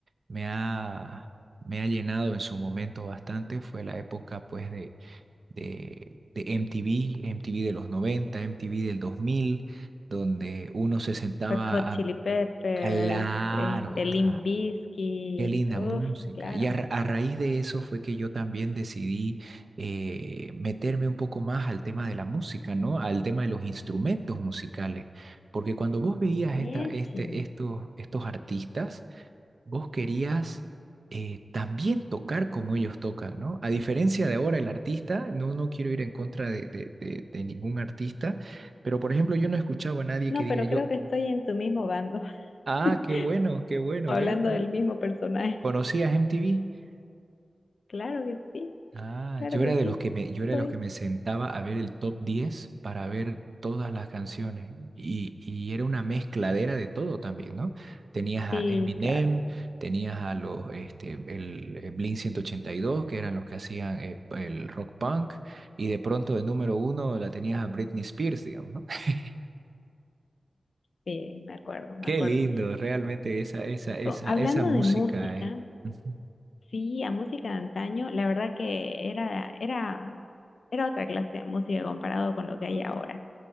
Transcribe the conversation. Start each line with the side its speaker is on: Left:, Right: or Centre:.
Right: me ha, me ha llenado en su momento bastante fue la época, pues, de, de, de MTV, MTV de los 90, MTV del 2000 donde uno se sentaba
Left: Red Hot Chili
Right: a...
Left: Peppers,
Right: Claro,
Left: este, Limp
Right: claro.
Left: Bizkit,
Right: Qué linda
Left: uff,
Right: música.
Left: claro,
Right: Y a, ra- a raíz de eso fue que yo también decidí eh, meterme un poco más al tema de la música, ¿no? Al tema de los instrumentos musicales. Porque cuando vos veías
Left: Miechi.
Right: esta, este, estos, estos artistas, vos querías eh, también tocar como ellos tocan, ¿no? A diferencia de ahora el artista, no, no quiero ir en contra de, de, de, de ningún artista, pero por ejemplo yo no escuchaba a nadie
Left: No,
Right: que diga
Left: pero
Right: yo,
Left: creo que estoy en tu mismo bando,
Right: ah,
Left: <laughs>
Right: qué bueno, qué bueno,
Left: hablando
Right: ve, ve,
Left: del mismo personaje.
Right: conocías MTV.
Left: Claro que sí,
Right: Ah,
Left: claro
Right: yo era
Left: que
Right: de
Left: sí,
Right: los que me, yo era
Left: soy.
Right: de los que me sentaba a ver el top 10 para ver todas las canciones. Y, y era una mezcladera de todo también, ¿no? Tenías a
Left: Sí,
Right: Eminem,
Left: claro,
Right: tenías a los, este, el, eh, Blink 182, que eran los que hacían eh, el rock punk, y de pronto de número uno la tenías a Britney Spears, digamos, ¿no? <laughs>
Left: sí, me acuerdo, me
Right: Qué
Left: acuerdo.
Right: lindo, realmente esa, esa, esa,
Left: No, hablando
Right: esa música,
Left: de música,
Right: eh. Ujú.
Left: sí, a música de antaño, la verdad que era, era, era otra clase de música comparado con lo que hay ahora.